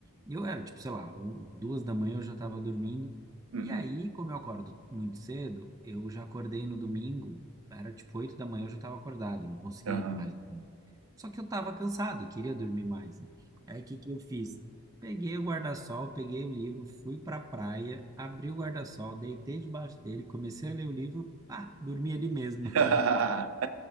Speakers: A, on the right; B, on the right.
A: e eu era, tipo, sei lá, um- duas da manhã eu já estava dormindo.
B: uhum,
A: E aí, como eu acordo muito cedo, eu já acordei no domingo, era tipo oito da manhã eu já estava acordado, eu não conseguia
B: aham.
A: mais dormir. Só que eu estava cansado e queria dormir mais. né? Aí o que que eu fiz? Peguei o guarda-sol, peguei o livro, fui para a praia, abri o guarda-sol, deitei debaixo dele, comecei a ler o livro, pá, dormi ali mesmo.
B: <laughs>
A: <laughs>